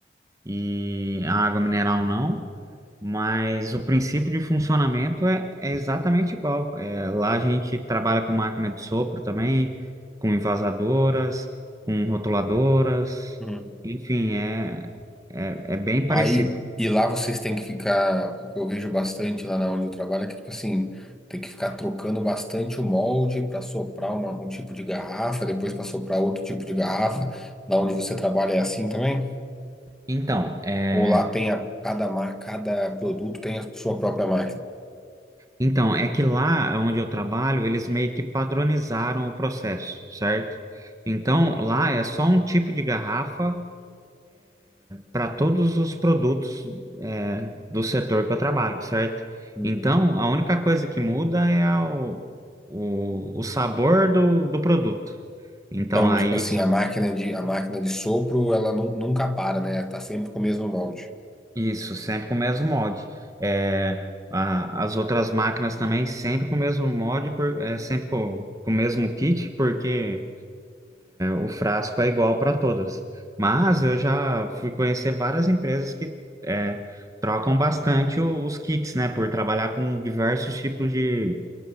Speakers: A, on the right; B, in the centre.
A: E a água mineral não. Mas o princípio de funcionamento é, é exatamente igual. É, lá a gente trabalha com máquina de sopro também, com envasadoras, com rotuladoras,
B: Hum.
A: enfim, é, é, é bem parecido.
B: Aí, e lá vocês têm que ficar, o que eu vejo bastante lá na onde eu trabalho é que, tipo assim, tem que ficar trocando bastante o molde para soprar uma- um tipo de garrafa, depois para soprar outro tipo de garrafa. Da onde você trabalha é assim também?
A: Então, é,
B: Ou lá tem a, cada, ma- cada produto tem a sua própria máquina?
A: então, é que lá onde eu trabalho, eles meio que padronizaram o processo, certo? Então, lá é só um tipo de garrafa para todos os produtos é, do setor que eu trabalho, certo?
B: Uhum.
A: Então, a única coisa que muda é a- o, o, o sabor do, do produto. Então,
B: Então,
A: aí,
B: tipo assim, a máquina de, a máquina de sopro, ela nu- nunca para, né? Tá sempre com o mesmo molde.
A: isso, sempre com o mesmo molde. É, a- as outras máquinas também, sempre com o mesmo molde, por- é, sempre com, com o mesmo kit, porque O frasco é igual para todas. Mas eu já fui conhecer várias empresas que é, trocam bastante o- os kits, né? Por trabalhar com diversos tipos de,